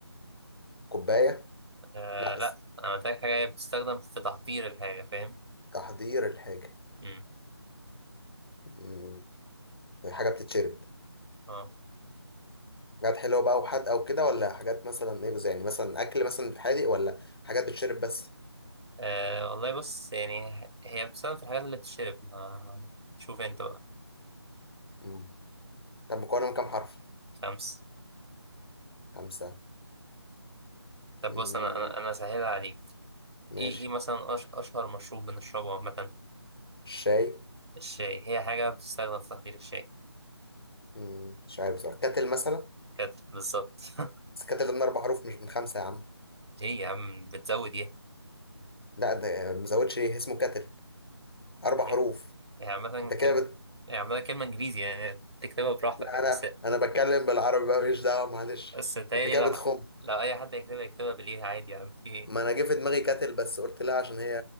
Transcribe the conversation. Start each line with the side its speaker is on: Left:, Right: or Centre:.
Left: كوباية
Right: آه
Left: لا
Right: لا
Left: بس
Right: انا محتاج حاجه بتستخدم في تحضير الحاجه فاهم
Left: تحضير الحاجة
Right: امم
Left: مم، حاجة بتتشرب
Right: اه
Left: حاجات حلوة بقى وحادقة وكده ولا حاجات مثلا ايه يعني مثلا أكل مثلا حادق ولا حاجات بتتشرب بس
Right: آه، والله بص يعني هي بتستخدم في الحاجات اللي بتشرب ما شوف انت بقى
Left: مم. طب مكونة من كام حرف؟
Right: خمس
Left: خمسة
Right: طب
Left: مم.
Right: بص انا انا انا سهلها عليك
Left: ماشي
Right: ايه ايه مثلا أش اشهر مشروب بنشربه عامه
Left: الشاي
Right: الشاي هي حاجه بتستخدم في تحضير الشاي
Left: مم. مش عارف بصراحة كاتل مثلا
Right: كده بالظبط <laughs>
Left: بس كاتل ده من أربع حروف مش من خمسة يا عم
Right: ايه يا عم بتزود ايه
Left: لا ده مزودش ايه اسمه كاتل أربع
Right: هي
Left: حروف
Right: هي عامه
Left: أنت كده
Right: كلمه
Left: بت...
Right: هي عامه كلمه انجليزي يعني تكتبها براحتك
Left: لا
Right: يعني
Left: أنا
Right: بس
Left: أنا بتكلم بالعربي بقى ماليش دعوة معلش
Right: بس تهيألي
Left: أنت كده
Right: لو
Left: بتخم
Right: لو اي حد يكتبها يكتبها بالايه عادي يعني في إيه؟
Left: ما انا جه في دماغي كاتل بس قلت لا عشان هي